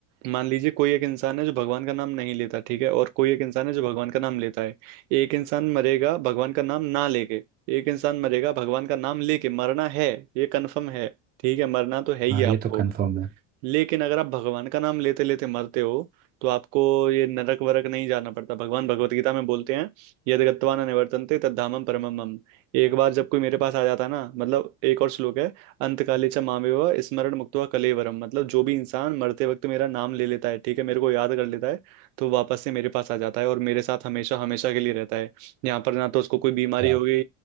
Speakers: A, on the right; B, on the right.
A: मान लीजिए कोई एक इंसान है जो भगवान का नाम नहीं लेता ठीक है और कोई एक इंसान है जो भगवान का नाम लेता है एक इंसान मरेगा भगवान का नाम ना लेके एक इंसान मरेगा भगवान का नाम लेके मरना है ये कन्फर्म है ठीक है मरना तो है ही
B: हाँ ये
A: आपको
B: तो कंफर्म है
A: लेकिन अगर आप भगवान का नाम लेते लेते मरते हो तो आपको ये नरक वरक नहीं जाना पड़ता भगवान भगवत गीता में बोलते हैं यद गत्वा न निवर्तन्ते तद धामम परमम मम एक बार जब कोई मेरे पास आ जाता है ना मतलब एक और श्लोक है अंतकाले च मामेव स्मरण मुक्त्वा कलेवरम मतलब जो भी इंसान मरते वक्त मेरा नाम ले लेता है ठीक है मेरे को याद कर लेता है तो वापस से मेरे पास आ जाता है और मेरे साथ हमेशा हमेशा के लिए रहता है यहाँ पर ना तो उसको कोई बीमारी
B: अच्छा।
A: होगी